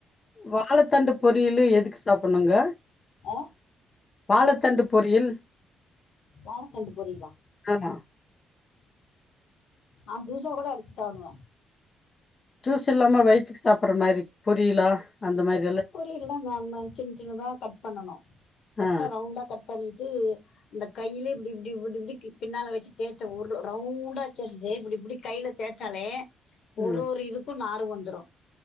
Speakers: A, on the left; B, on the left.
A: வாழத்தண்டு பொரியலு எதுக்கு சாப்பட்ணுங்க
B: அ
A: வாழத்தண்டு பொரியில்
B: வாழத்தண்டு பொரியலா
A: ஆமா
B: நா ஜூசா கூட அடிச்சு சாப்டுவே
A: ஜூஸ் இல்லாம வயித்துக்கு சாப்பட்றமாரி பொரியலா அந்தமாரி
B: பொரியல்லா நாதா சின் சின்னதா கட் பண்ணனு ஃபஸ்ட்டா
A: ஆ
B: ரவுண்டா கட் பண்ணிட்டு இந்த கையிலே இப்டி இப்டி இப்டி இப்டி பின்னால வெச்சு தேச்சா உருளு ரவுண்டா தேச்சிட்டு இப்டி இப்டி கைல தேச் சாலே ஒரு
A: ம்
B: ஒரு இதுக்கு நார் வந்துரு